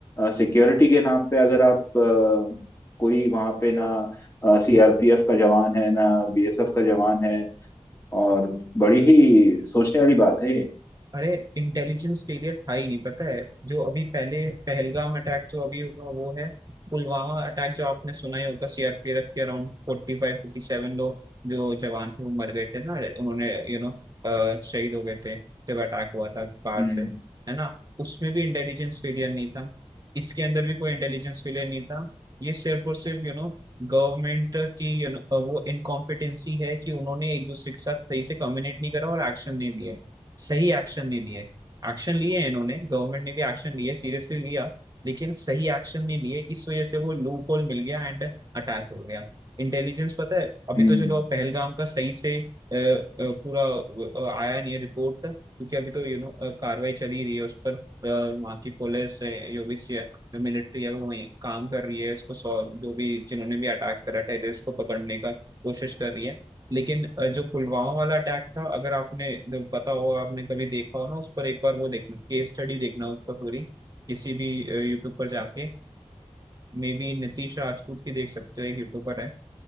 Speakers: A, on the left; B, on the right.
A: सिक्योरिटी के नाम पे अगर आप अ, कोई वहाँ पे ना सीआरपीएफ का जवान है ना बीएसएफ का जवान है और बड़ी ही सोचने वाली बात है ये।
B: अरे इंटेलिजेंस फेलियर था ही नहीं पता है जो अभी पहले पहलगाम अटैक जो अभी हुआ वो है पुलवामा अटैक जो आपने सुना ही होगा सीआरपीएफ के around forty five forty seven लोग जो जवान थे वो मर गए थे ना उन्होंने यू नो शहीद हो गए थे जब अटैक हुआ था कार
A: हम्म
B: से है ना उसमें भी इंटेलिजेंस फेलियर नहीं था इसके अंदर भी कोई इंटेलिजेंस फेलियर नहीं था ये सिर्फ और सिर्फ यू नो गवर्नमेंट की यू नो वो इनकॉम्पिटेंसी है कि उन्होंने एक दूसरे के साथ सही से कम्युनिकेट नहीं करा और एक्शन नहीं लिए सही एक्शन नहीं लिए एक्शन लिए हैं इन्होंने गवर्नमेंट ने भी एक्शन लिए सीरियसली लिया लेकिन सही एक्शन नहीं लिए इस वजह से वो लूप होल मिल गया एंड अटैक हो गया इंटेलिजेंस पता है अभी
A: हम्म
B: तो चलो पहलगाम का सही से अ, अ, पूरा अ, आया नहीं है रिपोर्ट क्योंकि अभी तो यू नो कार्रवाई चली रही है उस पर अ, वहाँ की पुलिस है, जो भी मिलिट्री है वो वहीं काम कर रही है इसको सॉ- जो भी जिन्होंने भी अटैक करा टेररिस्ट को पकड़ने का कोशिश कर रही है लेकिन अ, जो पुलवामा वाला अटैक था अगर आपने जब पता हो आपने कभी देखा हो ना उस पर एक बार वो देखना केस स्टडी देखना उस पर पूरी किसी भी यूट्यूब पर जाके मे बी नीतीश राजपूत की देख सकते हो एक यूट्यूबर है